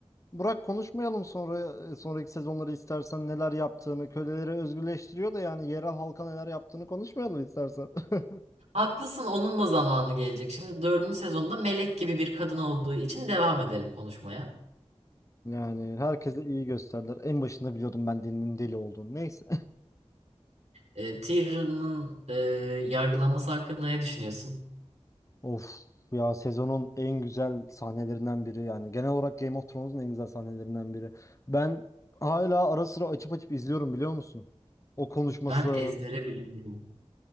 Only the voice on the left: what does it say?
Burak konuşmayalım sonra e, sonraki sezonları istersen neler yaptığını, köleleri özgürleştiriyor da yani yerel halka neler yaptığını konuşmayalım istersen. <laughs>
Yani herkese iyi gösterdiler. En başında biliyordum ben Deni'nin deli olduğunu. Neyse.
<laughs> Of ya sezonun en güzel sahnelerinden biri yani genel olarak Game of Thrones'un en güzel sahnelerinden biri. Ben hala ara sıra açıp açıp izliyorum biliyor musun? O konuşması